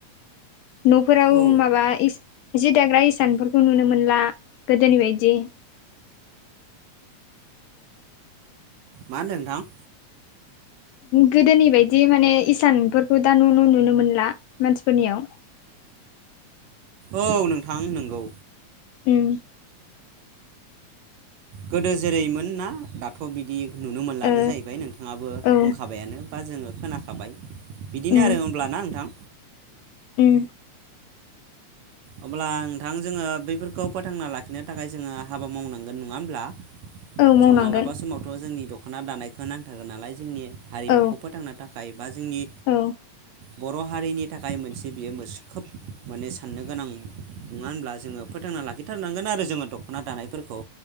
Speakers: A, on the left; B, on the right.
A: न'फोराव
B: औ
A: माबा इस जि दाग्रा इसानफोरखौ नुनो मोनला गोदोनि बायदि
B: मा होनदों नोंथां
A: गोदोनि बायदि माने इसानफोरखौ दा न' न' नुनो मोनला मानसिफोरनियाव <inaudible>
B: औ नोंथां नोंगौ
A: उम
B: गोदो जेरैमोन ना दाथ' बिदि नुनो मोनलानो
A: ओ
B: जायैबाय नोंथाङाबो
A: औ
B: बुंखाबायानो बा जोङो खोनाखाबाय बिदिनो
A: उम
B: आरो होमब्लाना नोंथां
A: उम
B: अब्ला नोंथां जोङो बैफोरखौ फोथांना लाखिनो थाखाय जोङो हाबा मावनांगोन नङा होमब्ला
A: औ मावनांगोन
B: जों मालाबा समावथ' जोंनि दख'ना दानायखौ नांथारगोन नालाय जोंनि हारिमुखौ
A: औ
B: फोथांनो थाखाय बा जोंनि
A: औ
B: बर' हारिनि थाखाय मोनसे बियो मोस खोब माने साननो गोनां नङा होनब्ला जोङो फोथांना लाखिथारनांगोन आरो जोङो दख'ना दानायफोरखौ